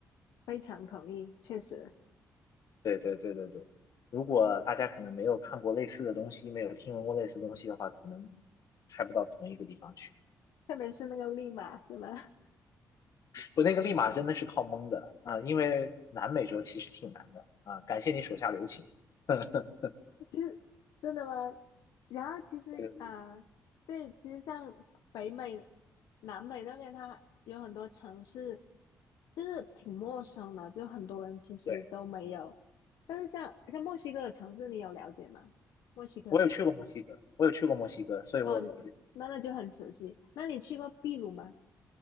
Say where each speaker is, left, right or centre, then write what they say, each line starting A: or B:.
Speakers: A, on the left (about 80°); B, on the left (about 65°).
A: 非常同意，确实，
B: 对对对对对，如果大家可能没有看过类似的东西，没有听闻过类似的东西的话，可能猜不到同一个地方去。
A: 特别是那个利马是吧？
B: 我那个立马真的是靠蒙的啊，因为南美洲其实挺难的啊。感谢你手下留情。<laughs> 对
A: 就是真的吗？然后其实啊，
B: 对对，
A: 对，其实像北美、南美那边，它有很多城市，就是挺陌生的，就很多人其实都没有。
B: 对，
A: 但是像像墨西哥的城市，你有了解吗？墨西哥，
B: 我有去过墨西哥，我有去过墨西哥，所以我有了解。
A: 嗯、那那就很熟悉。那你去过秘鲁吗？